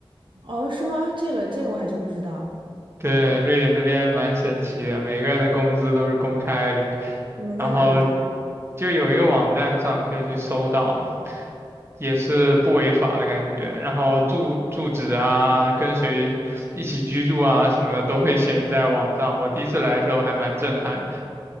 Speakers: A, on the right; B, on the right.
A: 哦，是吗？这个这个我还真不知道，
B: <laughs> 对，瑞典这边蛮神奇的，每个人的工资都是公开的，
A: 你们在哪里看啊
B: 然后就有一个网站上可以去搜到嘛，也是不违法的感觉。然后住住址啊，跟谁一起居住啊，什么的都会显示在网上。我第一次来的时候还蛮震撼的。